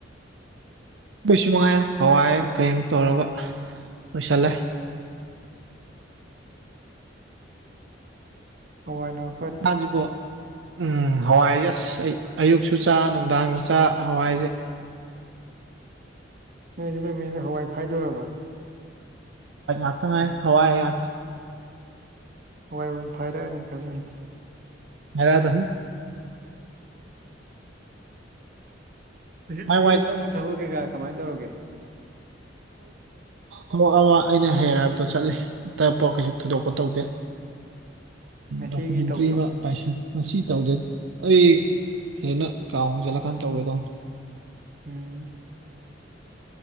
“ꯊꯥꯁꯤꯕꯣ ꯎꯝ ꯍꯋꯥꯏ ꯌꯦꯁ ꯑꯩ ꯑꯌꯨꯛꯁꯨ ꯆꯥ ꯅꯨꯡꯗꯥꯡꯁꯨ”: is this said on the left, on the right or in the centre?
Right